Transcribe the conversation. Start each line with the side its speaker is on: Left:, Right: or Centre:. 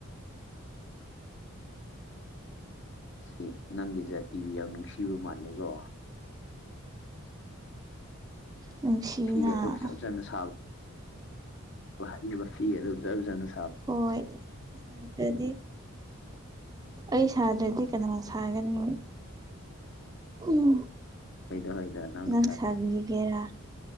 Left: ꯁꯤ ꯅꯪꯒꯤ ꯖꯥꯇꯤꯕꯨ ꯌꯥꯝ ꯅꯨꯡꯁꯤꯕ ꯃꯥꯜꯂꯦꯀꯣ
Right: ꯅꯨꯡꯁꯤꯅ
Left: ꯐꯤꯒ ꯑꯇꯣꯞ ꯆꯞꯖꯥꯅ ꯁꯥꯕ ꯍꯥꯏꯔꯤꯕ ꯐꯤ ꯑꯗꯨ ꯆꯞꯖꯥꯅ
Right: ꯍꯣꯏꯗꯤ ꯑꯩ ꯁꯥꯗ꯭ꯔꯗꯤ ꯀꯅꯥ ꯁꯥꯒꯅꯤ ꯎꯝ
Left: ꯍꯣꯏꯗ ꯍꯣꯏꯗ ꯅꯪꯅ
Right: ꯅꯪ ꯁꯕꯤꯒꯤꯒꯦꯔꯥ